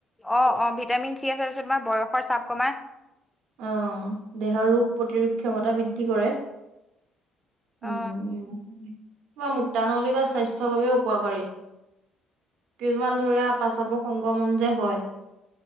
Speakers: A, in the centre; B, on the right.
A: অ', অ', ভিটামিন চি আছে, তাৰপিছত তোমাৰ বয়সৰ চাপ কমায়।
B: অ', দেহৰ ৰোগ প্ৰতিৰোধ ক্ষমতা বৃদ্ধি কৰে। উম,
A: অ
B: উম, উম, কিবা মূত্ৰানলী বা স্বাস্থ্যৰ বাবেও উপকাৰী। কিছুমান ধৰা, পাচাপৰ সংক্ৰমণ যে হয়